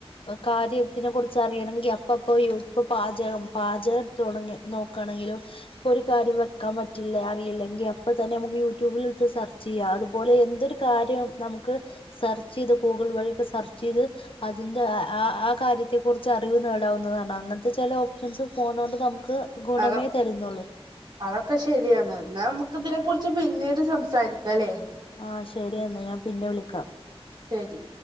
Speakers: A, on the left; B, on the right.
A: കാര്യത്തിനെ കുറിച്ച് അറിയണങ്കിൽ അപ്പോ- ഇപ്പപ്പൊ യു ഇപ്പ പാചകം പാചകം തൊടങ്ങി എടുത്തു നോക്കയാണെങ്കിലോ - ഇപ്പൊ ഒരു കാര്യം വെക്കാൻ പറ്റില്ലേ അറിയില്ലേ- എങ്കി അപ്പ തന്നെ നമുക്ക് യൂട്യൂബില് എട്ത്ത് സെർച്ച് ചെയ്യാം. അതുപോലെ എന്തൊരു കാര്യം നമുക്ക്- സെർച്ച് ചെയ്ത് ഗൂഗിൾ വഴിയൊക്കെ സെർച്ച് ചെയ്ത്- അതിന്റെ ആ കാര്യത്തെ കുറിച്ച് അറിവ് നേടാവുന്നതാണ്. അങ്ങനത്തെ ചെല ഓപ്ഷൻസ് ഫോണോണ്ട് നമുക്ക്- ഗുണമേ
B: അതൊ
A: തരുന്നുള്ളൂ.
B: അതൊക്കെ ശരിയാണ് എന്നാ നമുക്ക് ഇതിനെ കുറിച്ച് പിന്നീട് സംസാരിക്കാം അല്ലേ.
A: ആ ശരിയെന്നാ ഞാൻ പിന്നെ വിളിക്കാം.
B: ശരി.